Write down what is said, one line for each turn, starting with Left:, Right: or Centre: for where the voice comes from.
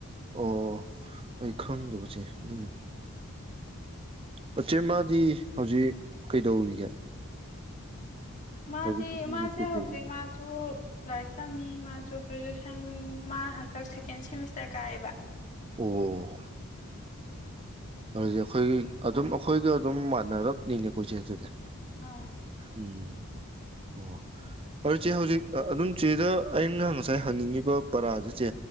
Right: ꯑꯣ ꯑꯩ ꯈꯪꯗꯕ ꯆꯦ ꯑꯗꯨꯒꯤꯅꯦ ꯑꯥ ꯆꯦ ꯃꯥꯗꯤ ꯍꯧꯖꯤꯛ ꯀꯩꯗꯧꯔꯤꯒꯦ
Left: ꯃꯥꯗꯤ
Right: ꯍꯧꯖꯤꯛꯀꯤ
Left: ꯃꯥꯁꯦ
Right: ꯀꯩꯀꯩ
Left: ꯍꯧꯖꯤꯛ ꯃꯥꯁꯨ ꯂꯥꯏꯔꯤꯛ ꯇꯝꯃꯤ ꯃꯥꯁꯨ ꯒ꯭ꯔꯦꯖꯨꯋꯦꯁꯟ ꯃꯥ ꯍꯟꯇꯛ ꯁꯦꯀꯦꯟ ꯁꯦꯃꯤꯁꯇꯔ ꯀꯥꯏꯑꯦꯕ
Right: ꯑꯣ ꯑꯗꯨꯗꯤ ꯑꯩꯈꯣꯏꯒꯤ ꯑꯗꯨꯝ ꯑꯩꯈꯣꯏꯒ ꯑꯗꯨꯝ ꯃꯥꯟꯅꯔꯞꯅꯤꯅꯦ ꯀꯣ ꯏꯆꯦ ꯑꯗꯨꯗꯤ
Left: ꯑꯥ
Right: ꯎꯝ ꯑꯣ ꯑꯗꯨ ꯆꯦ ꯍꯧꯖꯤꯛ ꯑꯗꯨꯝ ꯆꯦꯗ ꯑꯩꯅ ꯉꯁꯥꯏ ꯍꯪꯅꯤꯡꯉꯤꯕ ꯄꯔꯥꯥꯁ ꯆꯦ